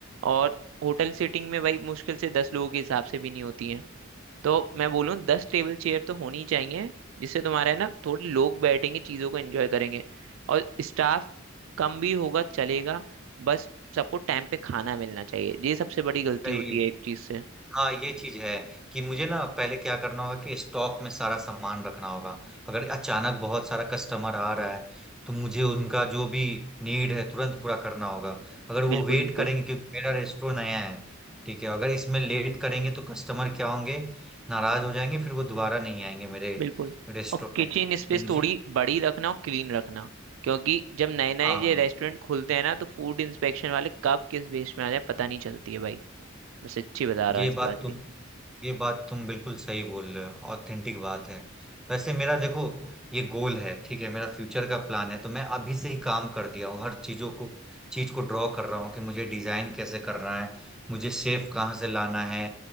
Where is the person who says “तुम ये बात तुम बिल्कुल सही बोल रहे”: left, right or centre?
Centre